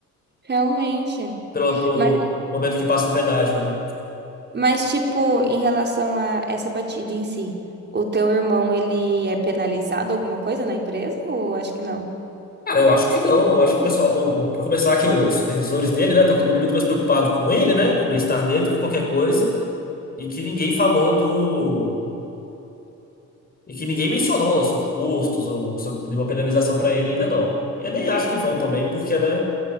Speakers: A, on the right; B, on the left.
A: Realmente.
B: pelo, pelo
A: Mas,
B: momento que passa no pedágio ali.
A: mas, tipo, em relação a essa batida em si, o teu irmão, ele é penalizado alguma coisa na empresa ou acho que não?
B: Cara, eu acho que não. Eu acho que o pessoal. o- o- Pra começar, que os supervisores dele, né? Tava todo mundo muito mais preocupado com ele, né? Com o bem-estar dele do que qualquer coisa. E que ninguém falou do. E que ninguém mencionou sobre custos ou sobre nenhuma penalização pra ele ainda não. E eu nem acho que vão também, porque, né?